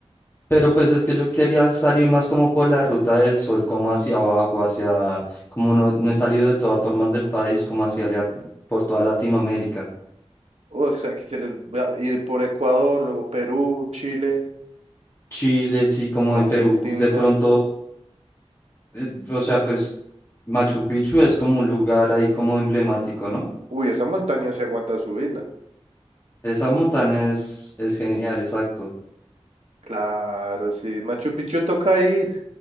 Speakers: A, on the left; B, on the right.
A: Pero pues es que yo quería salir más como por la ruta del sol, como hacia abajo, hacia, como no, no he salido de todas formas del país, como hacia la- por toda Latinoamérica.
B: O sea, que quieres va- ir por Ecuador, luego Perú, Chile,
A: Chile, sí, como en
B: Argentina.
A: Perú, de pronto eh, o sea, pues Machu Picchu es como un lugar ahí como emblemático, ¿no?
B: Uy, esa montaña se aguanta subirla.
A: Esa montaña es, es genial, exacto.
B: Claro, sí. Machu Picchu toca ir.